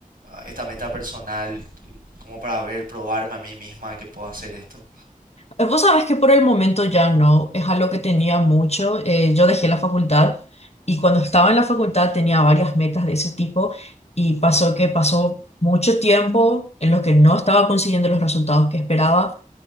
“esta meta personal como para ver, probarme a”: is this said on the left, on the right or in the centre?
Right